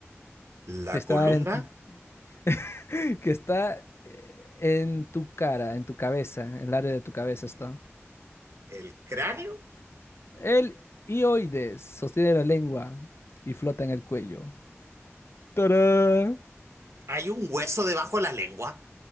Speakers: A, on the right; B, on the left.
A: La
B: Que está
A: columna,
B: en tu. <laughs> Que está eh, en tu cara, en tu cabeza. En el área de tu cabeza está.
A: el cráneo,
B: El hioides sostiene la lengua y flota en el cuello. ¡Tarán!
A: hay un hueso debajo de la lengua.